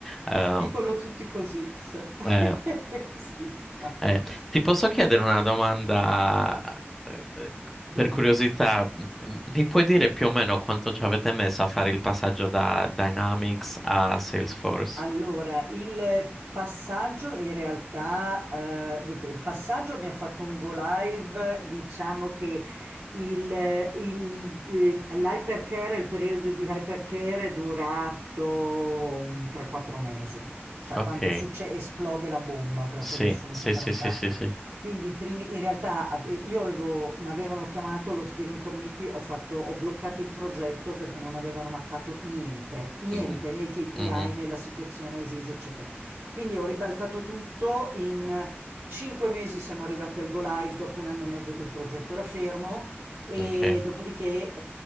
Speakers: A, in the centre; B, on the right.
A: eh,
B: S- Dicono tutti così. sa. <laughs>
A: eh,
B: Sì, infatti.
A: eh, Ti posso chiedere una domanda eh, eh,
B: Dimmi,
A: per curiosità?
B: dimmi.
A: M- Mi puoi dire più o meno quanto ci avete messo a fare il passaggio da Dynamics a Salesforce?
B: Allora, il passaggio in realtà, eh, dunque, il passaggio abbiamo fatto un go live, diciamo che il, il, eh, l'hypercare, il periodo di hypercare è durato un 3-4 mesi, cioè
A: Ok,
B: quando succe- esplode la bomba, proprio
A: sì,
B: nessuno
A: sì,
B: sa fare
A: sì,
B: un
A: sì,
B: cacchio.
A: sì, sì.
B: Quindi primi- in realtà eh, io avevo, mi avevano chiamato lo steering committee, ho fatto, ho bloccato il progetto perché non avevano mappato niente, niente
A: Mm,
B: nei KPI,
A: mhm,
B: nella situazione esisa, eccetera. Quindi ho ribaltato tutto, in cinque mesi siamo arrivati al go live dopo un anno e mezzo che il progetto era fermo e
A: ok,
B: dopodiché